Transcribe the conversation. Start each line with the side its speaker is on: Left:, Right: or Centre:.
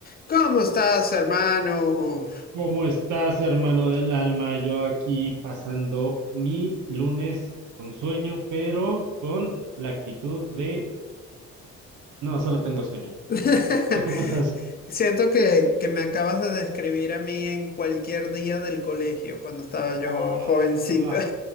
Left: ¿Cómo estás, hermano?
Right: ¿Cómo estás, hermano del alma? Yo aquí pasando mi lunes con sueño, pero con la actitud de no, solo tengo sueño.
Left: <laughs>
Right: ¿Tú cómo estás?
Left: Siento que, que me acabas de describir a mí en cualquier día del colegio, cuando estaba yo
Right: Ah,
Left: jovencita.